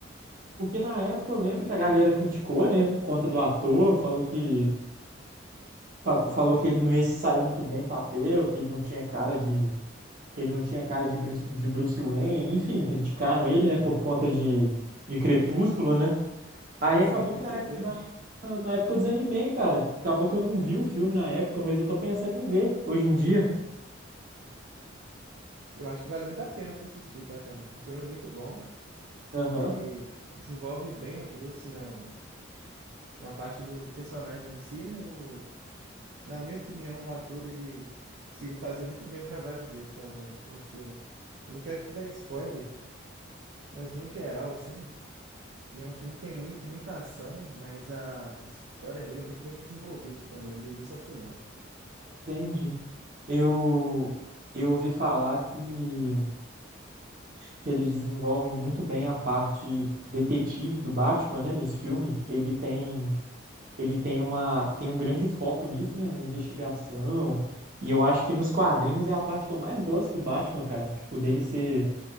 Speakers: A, on the right; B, on the right.
A: porque na época eu lembro que a galera criticou, né, por conta do ator, falou que fa- falou que ele não ia se sair muito bem no papel, que ele não tinha cara de que ele não tinha cara de Bruce, de Bruce Wayne, enfim, criticaram ele, né, por conta de, de Crepúsculo, né? Aí
B: Sim,
A: acabou
B: com
A: que
B: certeza.
A: na época, na, na época eu desanimei, cara. Acabou que eu não vi o filme na época, mas eu tô pensando em ver hoje em dia.
B: Eu acho que vale muito a pena você assistir, tá, cara? É um filme muito bom.
A: Aham,
B: Ele desenvolve bem o Bruce na, na parte do, do personagem em si, né? O, na minha opinião, o ator, ele conseguiu fazer muito bem o trabalho dele, tá, no, no filme. Eu não quero te dar spoiler, mas no geral, assim, ele é um filme que tem mui- muita ação, mas a história dele é muito bem desenvolvida também, do início ao final.
A: entendi. Eu, eu ouvi falar que, que eles desenvolvem muito bem a parte detetive do Batman, né, nesse filme. Ele tem, ele tem uma, tem um grande foco nisso, né, na investigação. E eu acho que nos quadrinhos é a parte que eu mais gosto do Batman, cara. Tipo, dele ser,